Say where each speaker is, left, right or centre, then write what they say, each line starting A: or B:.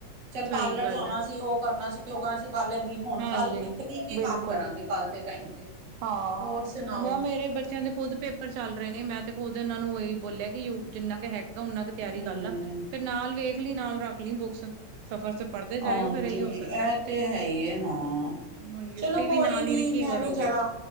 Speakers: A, on the right; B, on the right.
A: ਚੱਲ
B: ਸਹੀ
A: ਪਾਰਲਰ
B: ਗੱਲ
A: ਜਾਣਾ
B: ਹੈ।
A: ਸੀ ਉਹ ਕਰਨਾ ਸੀ <unintelligible> ਕਾਂ ਸੀ ਕੱਲ ਲੈਂਦੀ ਹੁਣ
B: ਹਾਂਜੀ
A: ਕੱਲ ਕਿੱਥੇ ਕੀ ਕੀ
B: ਬਿਲਕੁਲ
A: ਕੰਮ ਕਰਾਂਗੇ ਕੱਲ ਦੇ ਟਾਈਮ ਤੇ
B: ਹਾਂ,
A: ਹੋਰ ਸੁਣਾਓ
B: ਨਾ ਮੇਰੇ ਬੱਚਿਆਂ ਦੇ ਖੁਦ ਪੇਪ ਪਰ ਚੱਲ ਰਹੇ ਨੇ ਮੈਂ ਤੇ ਖੁਦ ਉਹਨਾਂ ਨੂੰ ਉਹੀ ਬੋਲਿਆ ਕਿ ਯੂ <unintelligible> ਜਿੰਨਾ ਕੁ ਹੈਗਾ ਓਨਾ ਕੁ ਤਿਆਰੀ
A: ਹਮ
B: ਕਰ ਲਾ, ਫਿਰ ਨਾਲ ਵੇਖ ਲੀ ਨਾਲ ਰੱਖ ਲੀ ਬੁੱਕਸ ਸਫ਼ਰ ਚ ਪੜ੍ਹਦੇ ਜਾਇਓ
A: ਹਾਂਜੀ,
B: ਫੇਰ ਇਹੀ ਹੋ ਸਕਦਾ
A: ਇਹ ਤੇ ਹੈ ਈ ਐ, ਹਾਂ
B: ਹੁਣ
A: ਚਲੋ
B: ਯੂਟੀ
A: ਕੋਈ
B: ਵੀ ਨਾਲ
A: ਨੀ
B: ਹੀ ਨੇ ਕੀ
A: ਮੈਂ
B: ਕਰੋਗੇ
A: ਵੀ ਜਰਾ